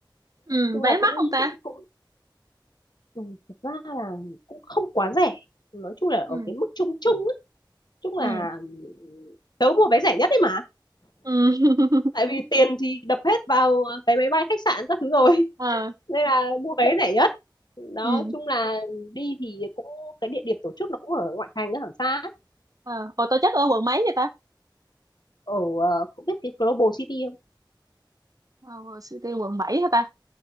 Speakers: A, on the right; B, on the left.
A: ừ
B: nhưng
A: vé
B: là cũng
A: mắc không ta
B: cũng cũng ừ, thực ra là cũng không quá rẻ nói chung là
A: ừ
B: ở cái mức chung chung ấy. chung
A: ừ
B: là ừ, tớ mua vé rẻ nhất đấy mà
A: ừ <laughs>
B: tại vì tiền thì đập hết vào vé máy bay khách sạn các thứ rồi <laughs>
A: ờ
B: nên là mua vé rẻ nhất đó
A: ừ
B: chung là đi thì cũng cái địa điểm tổ chức nó cũng ở ngoại thành ở xa ấy.
A: ờ hồi tổ chức ở quận mấy vậy ta
B: ở ờ, cũng biết cái Global City không
A: ờ suy tiên quận bảy hả ta